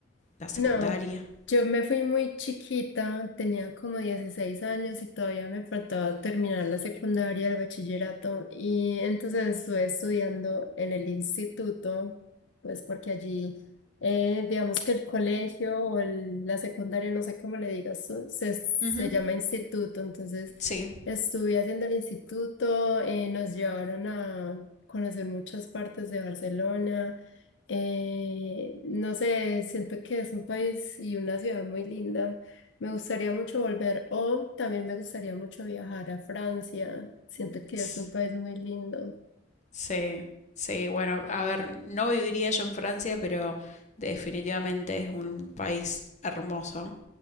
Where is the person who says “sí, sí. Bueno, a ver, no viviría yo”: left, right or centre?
Left